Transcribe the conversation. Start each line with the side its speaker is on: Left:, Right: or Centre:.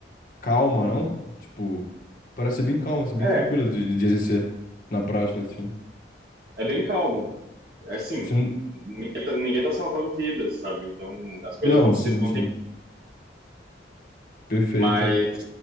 Left: calma, não? Tipo, parece ser bem calma, assim, bem
Right: É,
Left: tranquila de, de exercer na prática, assim.
Right: é bem calmo. É assim,
Left: Você não,
Right: ninguém tá, ninguém tá salvando vidas, sabe? Então as coisas
Left: não,
Right: não precisam,
Left: sim,
Right: não
Left: sim.
Right: tem.
Left: Perfeito.
Right: Mas